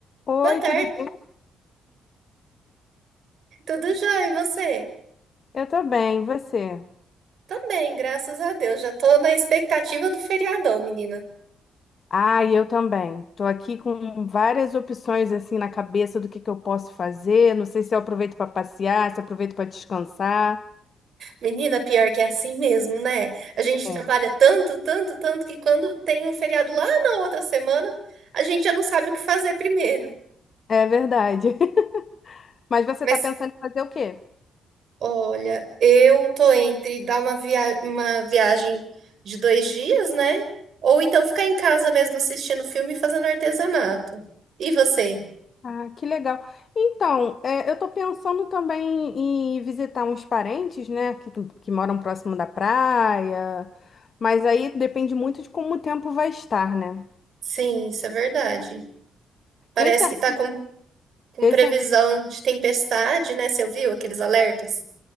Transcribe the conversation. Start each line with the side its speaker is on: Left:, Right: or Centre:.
Left: Oi,
Right: Boa tarde,
Left: tudo bem?
Right: tudo jóia? E você?
Left: Eu tô bem, e você?
Right: Também, graças a Deus. Já tô na expectativa do feriadão, menina.
Left: Ah, e eu também. Tô aqui com várias opções assim na cabeça do que que eu posso fazer. Não sei se eu aproveito para passear, se eu aproveito para descansar.
Right: Menina, pior que é assim mesmo, né? A gente
Left: É.
Right: trabalha tanto, tanto, tanto que quando tem um feriado lá na outra semana, a gente já não sabe o que fazer primeiro.
Left: É verdade. <laughs> Mas você
Right: Mas,
Left: tá pensando em fazer o quê?
Right: olha, eu tô entre dar uma via uma viagem de dois dias, né? Ou então ficar em casa mesmo assistindo filme e fazendo artesanato. E você?
Left: Ah, que legal. Então, é, eu tô pensando também em visitar uns parentes, né, que, que moram próximo da praia. Mas aí depende muito de como o tempo vai estar, né?
Right: Sim, isso é verdade. Parece
Left: Esse, ar-
Right: que tá com com
Left: esse
Right: previsão de tempestade, né? Você ouviu aqueles alertas